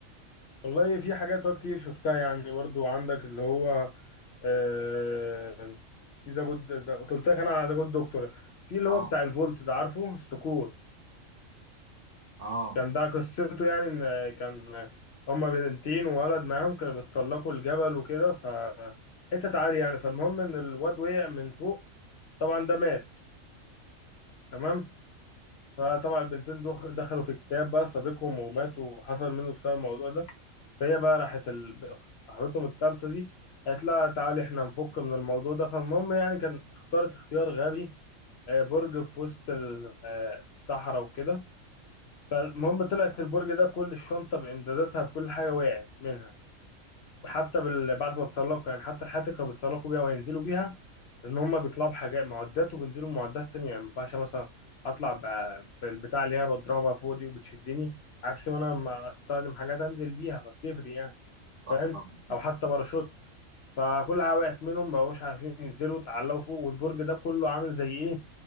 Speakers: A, on the left; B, on the right.
A: والله في حاجات أه كتير شفتها يعني برضو عندك اللي هو آه، في ذا جود قلت لك انا على ذا جود دكتور في اللي
B: اه
A: هو بتاع الفولس ده عارفه السقوط
B: اه
A: كان ده قصته يعني ان كان هما بنتين وولد معاهم كانوا بيتسلقوا الجبل وكده ف حتة عالية يعني فالمهم ان الواد وقع من فوق طبعا ده مات تمام فطبعا البنتين دخ- دخلوا في كتاب بقى صديقهم وماتوا وحصل منه بسبب الموضوع ده فهي بقى راحت ال- صاحبتهم التالتة دي قالت لها تعالي احنا نفك من الموضوع ده فالمهم يعني كان اختارت اختيار غبي آه، برج في وسط ال- آه، الصحراء وكده فالمهم طلعت البرج ده كل الشنطة بإمداداتها بكل حاجة وقعت منها وحتى بال... بعد ما اتسلقوا يعني حتى الحياتي كانوا بيتسلقوا بيها وهينزلوا بيها ان هم بيطلعوا بحاجات معدات وبينزلوا بمعدات تانية يعني ما ينفعش مثلا اطلع ب... بالبتاع اللي هي بضربها فوق دي وبتشدني عكس ما انا لما استخدم حاجات انزل بيها فبتفرق يعني
B: صح
A: فاهم
B: طبعا اكيد
A: او حتى باراشوت فكلها وقعت منهم ما بقوش عارفين ينزلوا اتعلقوا فوق والبرج ده كله عامل زي ايه